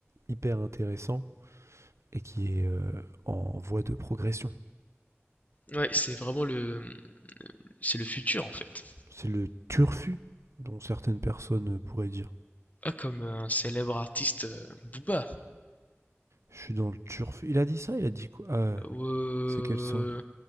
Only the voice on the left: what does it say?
Ouais, c'est vraiment le c'est le futur en fait.
Ah, comme euh, un célèbre artiste euh, Booba.
Euh,